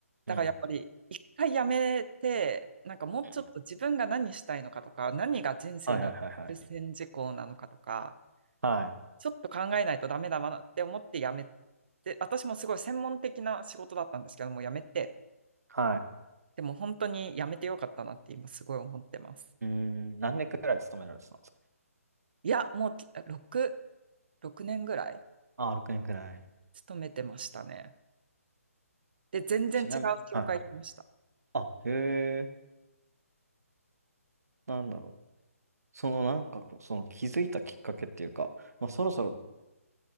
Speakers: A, on the right; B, on the right.
A: だからやっぱり一回やめて、
B: うんうん
A: なんかもうちょっと自分が何したいのかとか、
B: うん
A: 何が人生における優先事項なのかとか、
B: はいはいはいはい。はい。
A: ちょっと考えないとダメだなって思って辞めて、私もすごい専門的な仕事だったんですけども、辞めて、
B: は
A: でも本当に辞めてよかったなって今すごい思ってます。
B: い。うーん、何年くらい勤められてたんですか
A: いや、もう6、6年ぐらい
B: ああ、6年くらい。
A: 勤めてましたね。で、全然違う教会行きました。
B: ちなみに、はいはいはい。あ、へえ、なんだろう。そのなんかこう、その気づいたきっかけっていうか、まあ、そろそろ